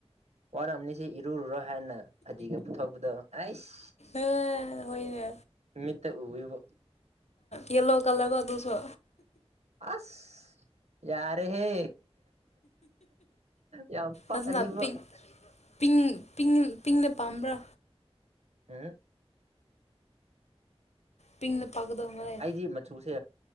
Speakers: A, on the right (about 80°); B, on the left (about 85°).
A: ꯋꯥꯔꯝꯅꯤꯁꯤ ꯏꯔꯨꯔꯣ ꯍꯥꯏꯅ ꯐꯗꯤꯒ ꯄꯨꯊꯣꯛꯄꯗꯣ ꯑꯩꯁ
B: ꯑꯦ ꯍꯣꯏꯅꯦ
A: ꯃꯤꯠꯇ ꯎꯕꯤꯕ
B: ꯌꯦꯜꯂꯣ ꯀꯂꯔ ꯒ ꯑꯗꯨ ꯁꯣ
A: ꯑꯁ ꯌꯥꯔꯦ ꯍꯦ ꯌꯥꯝ ꯄꯛꯑꯅꯤꯕꯣ
B: ꯑꯗꯨꯅ ꯄꯤꯡ ꯄꯤꯡ ꯄꯤꯡ‌ ꯄꯤꯡꯅ ꯄꯥꯝꯕ꯭ꯔꯥ
A: ꯑꯥ
B: ꯄꯤꯡꯅ ꯄꯥꯛꯀꯗꯧ ꯃꯥꯜꯂꯦ
A: ꯑꯩꯗꯤ ꯃꯆꯨꯁꯦ